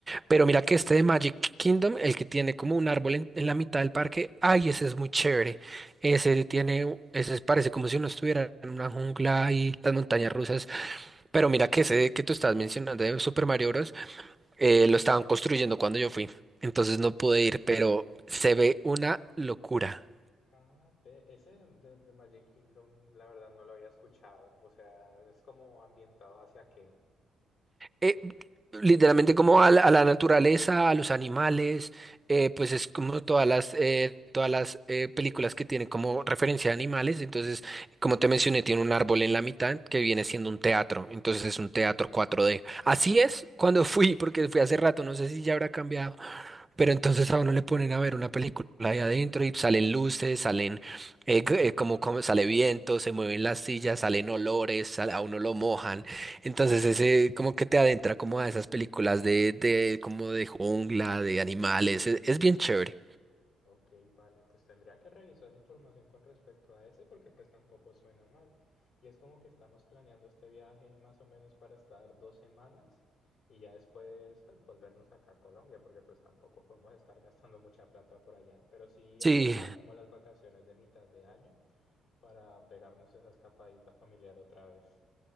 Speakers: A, on the right; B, on the left.
A: Pero mira que este de Magic Kingdom, el que tiene como un árbol en, en la mitad del parque, ay, ese es muy chévere. Ese tiene, ese parece como si uno estuviera en una jungla y las montañas rusas. Pero mira que ese que tú estás mencionando de Super Mario Bros. Eh, lo estaban construyendo cuando yo fui, entonces no pude ir, pero se ve una locura.
B: Ah, ve, ese de, de- de Magic Kingdom la verdad no lo había escuchado, o sea, es como ambientado hacia qué.
A: Eh, literalmente como a la, a la naturaleza, a los animales, eh, pues es como todas las, eh, todas las eh, películas que tienen como referencia a animales, entonces como te mencioné, tiene un árbol en la mitad que viene siendo un teatro, entonces es un teatro cuatro d Así es cuando fui, porque fui hace rato, no sé si ya habrá cambiado. Pero entonces a uno le ponen a ver una película ahí adentro y salen luces, salen eh, g- eh, como, como sale viento, se mueven las sillas, salen olores, sal- a uno lo mojan. Entonces ese como que te adentra como a esas películas de, de como de jungla, de animales. Es, es bien chévere.
B: Ok, vale, pues tendría que revisar información con respecto a ese porque pues tampoco suena mal. Y es como que estamos planeando este viaje más o menos para estar dos semanas y ya después pues volvernos acá a Colombia porque pues tampoco podemos estar gastando mucha plata por allá, pero sí
A: Sí,
B: aprovechar como las vacaciones de mitad de año para pegarnos esa escapadita familiar otra vez.